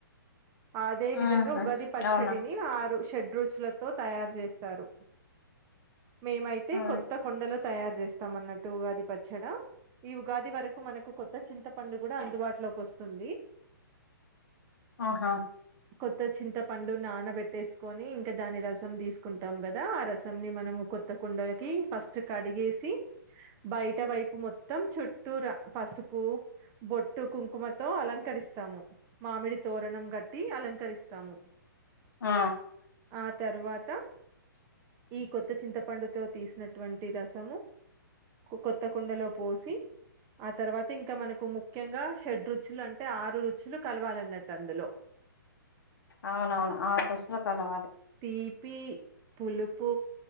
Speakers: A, on the right; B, on the left.
A: అదే
B: ఆ
A: విధంగా ఉగాది పచ్చడిని
B: అవునా
A: ఆరు షడ్ రుచులతో తయారు చేస్తారు మేమైతే
B: ఆ!
A: కొత్త కుండలో తయారు చేస్తాం అన్నట్టు ఉగాది పచ్చడ ఈ ఉగాది వరకు మనకు కొ త్త చింతపండు కూడా అందుబాటులోకి వస్తుంది
B: ఆహా
A: కొత్త చింత పండు నానబెట్టేసుకొని ఇంకా దాని రసం తీసుకుంటాం కదా ఆ రసం ని మనము కొత్త కుండలకి ఫస్ట్ కడిగేసి బయట వైపు మొత్తం చుట్టూరా పసు పు బొట్టు కుంకుమతో అలంకరిస్తాము మామిడి తోరణం కట్టి అలంకరిస్తాము
B: ఆ
A: ఆ తర్వాత ఈ కొత్త చింత పండుతో తీసినటువన్ టి రసము కొ కొత్త కుండలో పోసి ఆ తరవా తింక మనకు ముఖ్యంగా షడ్ రుచులు అంటే ఆరు రుచులు కలవాలన్నట్టు అందులో
B: అవునవును ఆరు రుచులు కలవాలి
A: తీపి, పులుపు